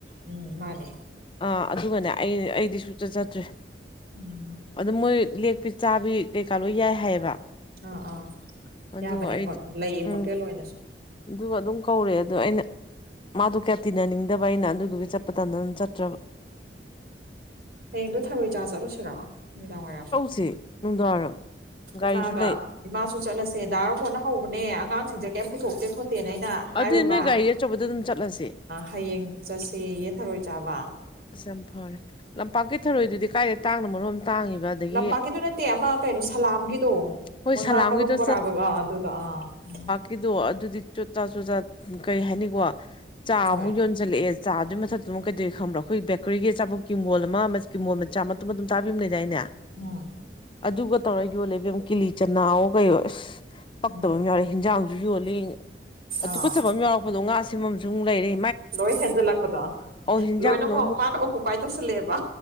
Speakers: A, on the right; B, on the left.
A: ꯎꯝ ꯃꯥꯅꯦ
B: ꯑꯥ ꯑꯗꯨꯒꯅꯦ ꯑꯩ ꯑꯩꯗꯤ ꯁꯨꯡꯆꯠ ꯆꯠꯇ꯭ꯔꯦ
A: ꯎꯝ
B: ꯑꯗꯨ ꯃꯣꯏ ꯂꯦꯛ ꯄꯤꯆꯥꯕꯤ ꯀꯩꯀꯥ ꯂꯣꯏ ꯌꯥꯏ ꯍꯥꯏꯌꯦꯕ
A: ꯑꯥ ꯑꯥ
B: ꯑꯗꯨꯒ
A: ꯌꯥꯕꯅꯦ
B: ꯑꯩꯗꯤ
A: ꯂꯩꯌꯦ
B: ꯎꯝ
A: ꯍꯣꯇꯦꯜ ꯑꯣꯏꯅꯁꯨ
B: ꯑꯗꯨꯒ ꯑꯗꯨꯝ ꯀꯧꯔꯦ ꯑꯗꯣ ꯑꯩꯅ ꯃꯥꯗꯣ ꯀꯌꯥ ꯇꯤꯟꯅꯅꯤꯡꯗꯦ ꯗꯕ ꯑꯩꯅ ꯑꯗꯨꯗꯨꯒꯤ ꯆꯠꯄ ꯇꯟꯗꯅ ꯑꯗꯨꯝ ꯆꯠꯇ꯭ꯔꯕ
A: ꯍꯌꯦꯡꯗꯣ ꯊꯔꯣꯏ ꯆꯥ ꯆꯠꯂꯨꯁꯤꯔꯣ ꯅꯨꯃꯤꯗꯥꯡ ꯋꯥꯏꯔꯝ
B: ꯁꯦ ꯅꯨꯡꯗꯥꯡꯋꯥꯏꯔꯝ ꯒꯥꯔꯤꯁꯨ
A: ꯏꯃꯥꯒ
B: ꯂꯩ
A: ꯏꯃꯥꯁꯨ ꯆꯠꯂꯁꯦ ꯗꯥꯔꯝ ꯍꯣꯠꯅ ꯍꯧꯕꯅꯦ ꯑꯉꯥꯡꯁꯤꯡꯁꯦ ꯀꯩꯝ ꯄꯨꯊꯣꯛꯇꯦ ꯈꯣꯠꯇꯦꯅ ꯑꯩꯅ ꯍꯥꯏꯔꯨꯕ
B: ꯑꯗꯨꯗꯤ ꯅꯣꯏ ꯒꯥꯔꯤ ꯑꯆꯧꯕꯗ ꯑꯗꯨꯝ ꯆꯠꯂꯁꯤ
A: ꯍꯌꯦꯡ ꯆꯠꯁꯦꯌꯦ ꯊꯔꯣꯏ ꯆꯥꯕ
B: ꯑꯁ ꯌꯥꯝ ꯐꯔꯦ ꯂꯝꯄꯥꯛꯀꯤ ꯊꯧꯔꯣꯏꯗꯨꯗꯤ ꯀꯥꯏꯗ ꯇꯥꯡꯅ ꯃꯔꯣꯝ ꯇꯥꯡꯉꯤꯕ ꯑꯗꯒꯤ
A: ꯂꯝꯄꯥꯛꯀꯤꯗ‌ꯣ ꯅꯠꯇꯦ ꯑꯃ ꯀꯩꯅꯣ ꯁꯂꯥꯝꯒꯤꯗꯣ
B: ꯍꯣꯏ
A: ꯃꯣꯏ
B: ꯁꯂꯥꯝꯒꯤꯗꯣ
A: ꯉꯥ ꯃꯔꯨꯝ ꯕꯣꯔꯥꯒ ꯑꯣꯏꯕ ꯑꯗꯨꯗꯣ ꯑꯥ ꯎꯝ
B: ꯒꯤꯗꯣ ꯑꯗꯨꯗꯤ ꯆꯣꯠꯆꯥ ꯆꯣꯠꯆꯥ ꯀꯩ ꯍꯥꯏꯅꯤꯀꯣ ꯆꯥꯃꯨꯛ
A: ꯍꯣꯏ
B: ꯌꯣꯟ ꯆꯠꯂꯛꯑꯦ ꯆꯥꯗꯨꯒꯤ ꯃꯊꯛꯇꯃꯨꯛ ꯀꯩꯗꯩ ꯈꯪꯕ꯭ꯔ‌ꯥ ꯑꯩꯈꯣꯏ ꯕꯦꯀꯔꯤꯒꯤ ꯑꯆꯥꯄ‌ꯣꯠ ꯀꯤꯡꯕꯣꯜ ꯑꯃ ꯀꯤꯡꯕꯣꯜ ꯃꯆꯥ ꯃꯇꯨꯝ ꯃꯇꯨꯝ ꯇꯥꯕꯤꯝ ꯂꯩꯗꯥꯏꯅꯦ
A: ꯎꯝ
B: ꯑꯗꯨꯒ ꯇꯧꯔ ꯌꯣꯜꯂ‌ꯦ ꯏꯕꯦꯝ ꯀꯤꯂꯤ ꯆꯅꯥꯑꯣ ꯀꯩꯑꯣ ꯏꯁ ꯄꯛꯇꯕ
A: ꯎꯝ
B: ꯑꯃ ꯌꯥꯎꯔ‌ꯦ ꯍ‌ꯦꯟꯖꯥꯡꯁꯨ ꯌꯣꯜꯂꯤ ꯑ
A: ꯑꯥ
B: ꯇꯨꯀꯨꯠꯆꯕꯝ ꯌꯥꯎꯔꯛꯄꯗꯣ ꯉꯥꯥ ꯁ‌ꯦꯝꯕꯝꯁꯨꯃꯨꯛ ꯂꯩꯔꯤ
A: ꯂꯣꯏ ꯍꯦꯟꯖꯜꯂꯛꯄꯗꯣ
B: ꯍꯤꯟꯖꯥꯡꯗꯣ
A: ꯂꯣꯏꯅꯃꯛ ꯃꯥꯅ ꯑꯣꯀꯨꯄꯥꯏ ꯇꯧꯁꯜꯂꯛꯑꯦꯕ